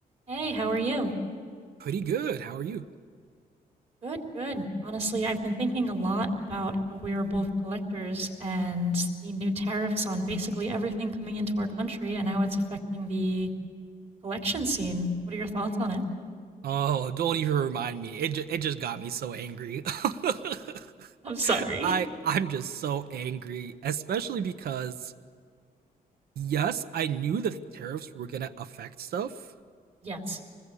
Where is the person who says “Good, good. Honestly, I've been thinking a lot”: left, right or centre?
Right